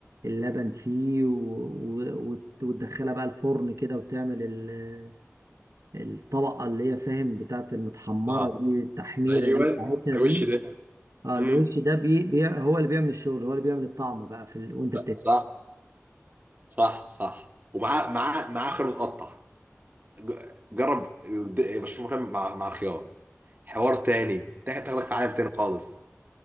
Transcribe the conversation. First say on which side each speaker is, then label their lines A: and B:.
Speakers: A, on the right (about 80°); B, on the right (about 35°).
A: اللبن فيه و... و... وت- وتدخلها بقى الفرن كده وتعمل ال... آه، الطبقه اللي هي فاهم بتاعت المتحمره
B: اه
A: دي التحميره
B: ايوه
A: دي بتاعتها
B: على
A: دي
B: الوش ده
A: اه
B: مم.
A: الوش ده بي... بي... هو اللي بيعمل الشغل هو اللي بيعمل الطعم بقى في ال... وانت بتاكل
B: صح صح صح ومعاه معاه معاه خيار متقطع ج- جرب د- مشروم مكرمل مع مع الخيار حوار تاني تا- تاخدك في عالم تاني خالص